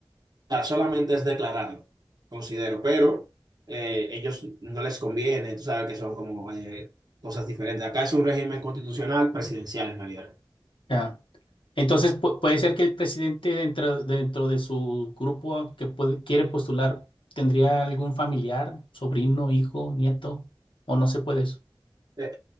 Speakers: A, on the right; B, on the left.
A: sea, solamente es declararlo, considero, pero eh, ellos no les conviene, tú sabes que son como eh, cosas diferentes. Acá es un régimen constitucional presidencial en realidad.
B: ya. Entonces pu- puede ser que el presidente dentro, dentro de su grupo que puede- quiere postular tendría algún familiar, sobrino, hijo, nieto, o no se puede eso.
A: Eh,